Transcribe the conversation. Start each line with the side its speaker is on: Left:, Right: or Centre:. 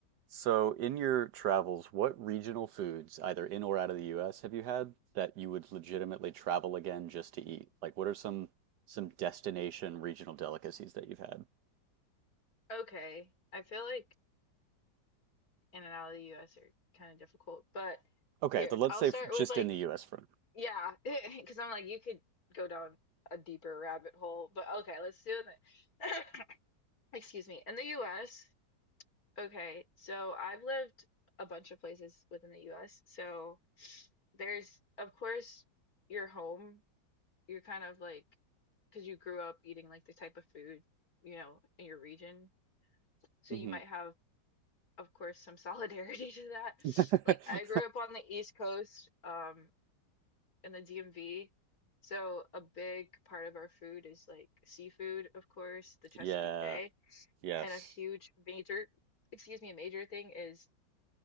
Right: So, in your travels, what regional foods, either in or out of the US, have you had that you would legitimately travel again just to eat? Like, what are some some destination regional delicacies that you've had?
Left: Okay. I feel like in and out of the US are kind of difficult, but
Right: Okay,
Left: here,
Right: so let's
Left: I'll
Right: say
Left: start
Right: f- just
Left: with like,
Right: in the US for
Left: yeah, <laughs> because I'm like, you could go down a deeper rabbit hole, but okay, let's do it. <coughs> Excuse me. In the US, okay, so I've lived a bunch of places within the US. So there's, of course, your home. You're kind of like, because you grew up eating like the type of food, you know, in your region. So
Right: hmm
Left: you might have of course, some <laughs> solidarity to that.
Right: <laughs>
Left: Like, I grew up on the East Coast, um, in the DMV. So, a big part of our food is like seafood, of course, the Chesapeake
Right: Yeah,
Left: Bay.
Right: yes.
Left: And a huge major, excuse me, a major thing is